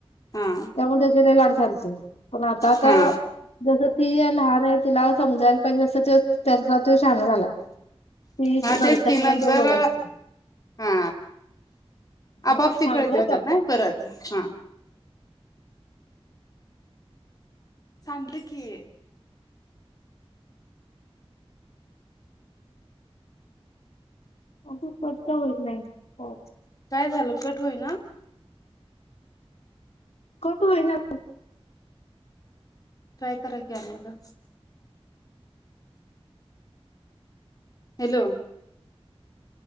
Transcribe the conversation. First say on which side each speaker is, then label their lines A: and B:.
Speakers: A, on the left; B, on the left.
A: हा
B: त्यामुळे <unintelligible> लई लाड चालतंय, पण आता आता
A: हा
B: जसं ती लहान हाय, तिला समजायला पाहिजे, जस तो तसा तो शाना झालाय. ती
A: हा,
B: रडत्या
A: तेच की,
B: म्हणल्यावर
A: नंतर,
B: तो गप बसतोय
A: हा.
B: हा
A: आपाआप ते
B: थांब
A: कळतय
B: हं
A: ओ
B: करतो
A: त्यांना, परत हा. सांडलं की
B: <unintelligible> <inaudible>
A: काय झालं? कट होईना?
B: कट होईना
A: ट्राय करा की, आणि एकदा. हॅलो?